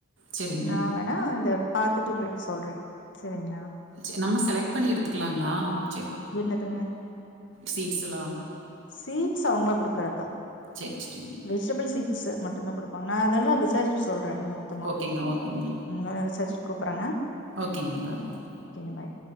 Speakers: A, on the right; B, on the left.
A: சரிங்க.
B: நா வேணா இத பாத்துட்டு உங்களுக்கு சொல்றேன் செரிங்களா
A: சரி நம்ம செலக்ட் பண்ணி எடுத்துக்கலாங்களா? சரி.
B: என்னதுங்க
A: சீட்ஸ் எல்லாம்.
B: சீட்ஸ் அவங்கள குடுக்கறதுதான்
A: சரி, சரிங்க.
B: வெஜிடபிள் சீட்ஸ் மட்டும் தான் குடுப்பாங்க நல்லா விசாரிச்சுட்டு சொல் <unintelligible> மொத்தமா
A: ஓகேங்க, ஓகேங்க.
B: இங்க வர வெச்சாச்சு கூப்பிடறேங்க
A: ஓகேங்க பாய்
B: பாய்